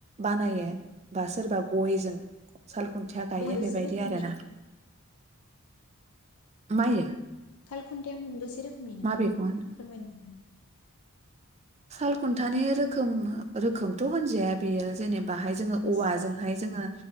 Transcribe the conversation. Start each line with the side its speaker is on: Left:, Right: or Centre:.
Right: बानायो बा सोरबा गयजों साल खुन खुनथिया
Left: मोनबेसे
Right: गायो बेबायदि
Left: रोखोमनि
Right: आरो
Left: नोंथां
Right: ना। मायो
Left: साल खुन्थाया मोनबेसे रोखोमनि नोंथांआ
Right: माबेखौ होनो
Left: फोरमायनो हागोन नामा।
Right: सालखुन्थानि रोखोम रोखोमथ होनजाया। बेयो जेनेबाहाय
Left: नामा?
Right: जोङो
Left: मोनबेसे
Right: औवाजोंहाय
Left: बे
Right: जोङो